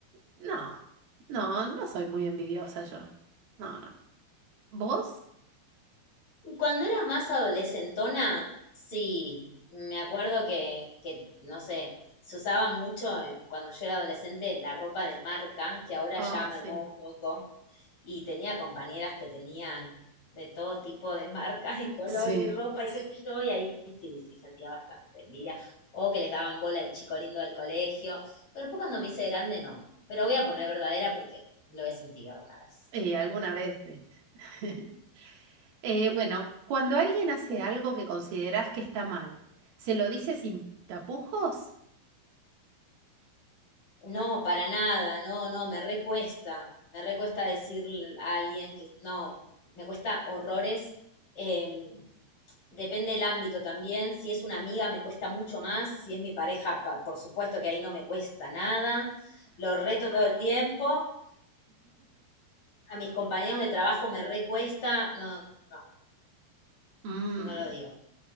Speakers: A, on the right (about 75°); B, on the left (about 35°).
A: No, no, no soy muy envidiosa yo. No, no. ¿Vos?
B: Cuando era más adolescentona, sí. Me acuerdo que, que, no sé, se usaba mucho eh, cuando yo era adolescente la ropa de marca, que ahora
A: Oh,
B: ya mermó
A: sí.
B: un poco. y tenía compañeras que tenían de todo tipo de <laughs> marcas y color
A: Sí.
B: y ropa y qué sé yo, y ahí sí, sí sentía bastante envidia. O que les daban bola al chico lindo del colegio, pero después cuando me hice grande no. Pero voy a poner verdadera porque lo he sentido alguna vez.
A: Y alguna vez, ¿viste? <laughs> Eh, bueno, cuando alguien hace algo que consideras que está mal, ¿se lo dices sin tapujos?
B: No, para nada, no, no, me recuesta, me recuesta decir a alguien que no, me cuesta horrores. em, depende del ámbito también, si es una amiga me cuesta mucho más, si es mi pareja, pa- por supuesto que ahí no me cuesta nada, lo reto todo el tiempo, a mis compañeros de trabajo me recuesta, no, no,
A: Mm,
B: no lo digo.